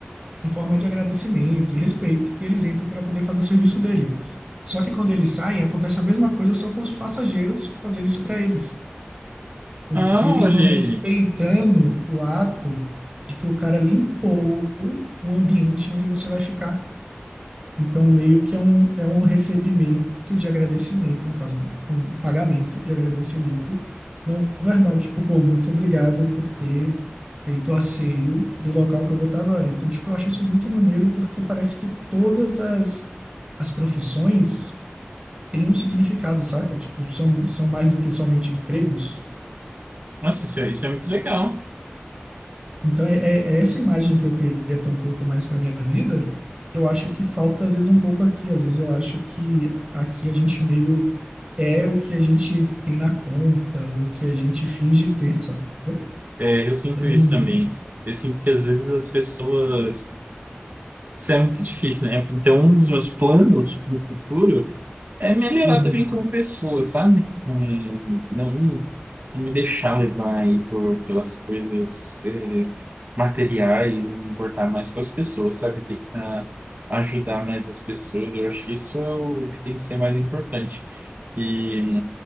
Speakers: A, on the right; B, on the right.
A: em forma de agradecimento e respeito, e eles entram para poder fazer o serviço dele. Só que quando eles saem, acontece a mesma coisa, só com os passageiros fazendo isso para eles, porque
B: Ah,
A: eles
B: olha
A: estão respeitando
B: aí.
A: o ato de que o cara limpou o ambiente onde você vai ficar. Então, meio que é um, é um recebimento de agradecimento, no caso, um pagamento de agradecimento não verbal. Tipo, pô, muito obrigado por ter feito o asseio do local que eu vou estar agora. Então, tipo, eu acho isso muito maneiro porque parece que todas as, as profissões têm um significado, saca? Tipo, são, são mais do que somente empregos.
B: Nossa, isso é, isso é muito legal.
A: Então, é, é é essa imagem que eu queria ter um pouco mais para minha vida, que eu acho que falta às vezes um pouco aqui. Às vezes eu acho que aqui a gente meio é o que a gente tem na conta, ou o que a gente finge ter, sacou?
B: É, eu sinto
A: Eu não.
B: isso também. Eu sinto que às vezes as pessoas... Isso é muito difícil, né? Então, um dos meus planos para o futuro É melhorar
A: Uhum.
B: também como pessoa, sabe? É, não, não me deixar levar aí por, pelas coisas é, materiais e me importar mais com as pessoas, sabe? Tentar ajudar mais as pessoas. Eu acho que isso é o que tem que ser mais importante. E